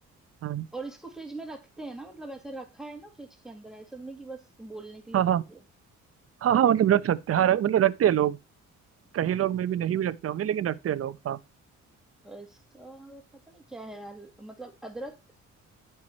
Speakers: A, on the right; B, in the centre.
A: हम्म।
B: और इसको फ्रिज में रखते हैं ना मतलब ऐसा रखा है ना फ्रिज के अंदर ऐसा नहीं कि बस बोलने के लिए
A: हाँ हाँ
B: बोल दिया
A: हाँ हाँ मतलब रख सकते हैं हाँ रख, मतलब रखते हैं लोग कई लोग में भी नहीं भी रखते होंगे लेकिन रखते हैं लोग हाँ
B: और इसका पता नहीं क्या है यार मतलब अदरक